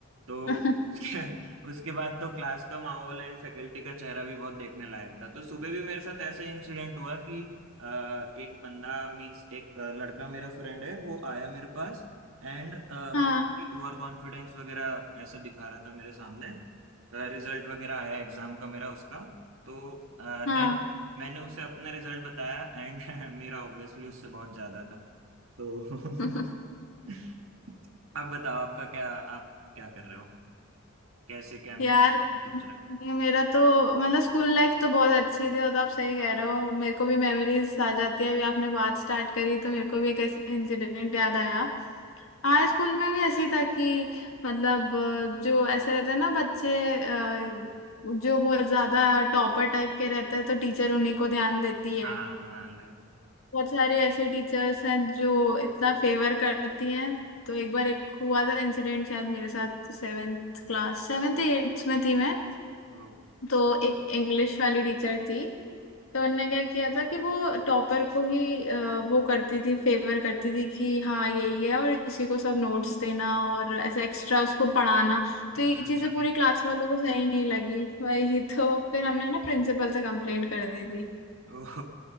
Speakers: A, on the right; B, on the left.
A: तो
B: <laughs>
A: <laughs> उसके उसके बाद तो क्लास का माहौल एंड फैकल्टी का चेहरा भी बहुत देखने लायक था तो सुबह भी मेरे साथ ऐसा ही इंसिडेंट हुआ कि अ, एक बंदा मीन्स एक अ, लड़का मेरा फ्रेंड है वो आया मेरे पास एंड बहुत
B: हाँ
A: ही ओवर कॉन्फिडेंस वगैरह ऐसा दिखा रहा था मेरे सामने रिजल्ट वगैरह आया एग्जाम का मेरा उसका तो
B: हाँ
A: देन मैंने उसे अपना रिजल्ट बताया एंड <laughs> मेरा ऑब्वियसली उससे बहुत ज्यादा था तो <laughs>
B: <laughs>
A: <laughs> अब बताओ आपका क्या आप क्या कर रहे हो कैसे क्या मीन
B: यार
A: सोच रहे हो
B: ये मेरा तो मतलब स्कूल लाइफ तो बहुत अच्छी थी और तो आप सही कह रहे हो मेरे को भी मेमोरीज आ जाती है अभी आपने बात स्टार्ट करी तो मेरे को भी एक इंसिडेंट याद आया हाँ स्कूल में भी ऐसी था कि मतलब अ, जो ऐसे रहते हैं ना बच्चे अ, जो बहुत ज्यादा टॉपर टाइप के रहते हैं तो टीचर उन्हीं को ध्यान देती है
A: हाँ लाइक
B: बहुत सारे ऐसे टीचर्स हैं जो इतना फेवर करती हैं तो एक बार एक हुआ था इंसिडेंट शायद मेरे साथ सेवेंथ क्लास सेवेंथ एट्थ में थी मैं
A: ओ
B: तो एक इंग्लिश वाली टीचर थी तो उनने क्या किया था कि वो टॉपर को ही अ, वो करती थी फेवर करती थी कि हाँ यही है और इसी को सब नोट्स देना और ऐसा एक्स्ट्रा उसको पढ़ाना तो
A: अच्छा
B: ये चीजें
A: अच्छा
B: पूरी क्लास वालों को सही नहीं लगी वही तो फिर हमने ना प्रिंसिपल से कंप्लेंट कर दी थी
A: <laughs> ओह